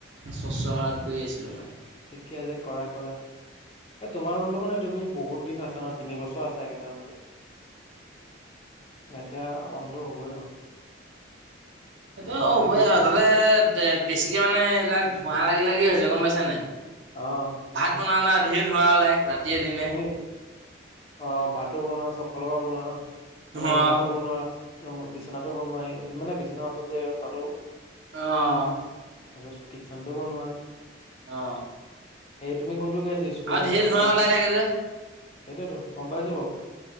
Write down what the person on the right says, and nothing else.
স্বচ্ছ ভাৰত কৰি আছিলোঁ মই।
এইটো
হ'বইে
আৰু তাতে বেছিকে মানে এইবিলাক ধোঁৱা লাগি লাগি হৈছে গম পাইছা নাই?
ভাত বনোৱা নাই
ঢেৰ ধোঁৱ ওলাই ৰাতিয়ে দিনে।
ধোঁৱা
আহ
অ
আৰু
ঢেৰ
ধোঁৱা ওলাই থাকে যে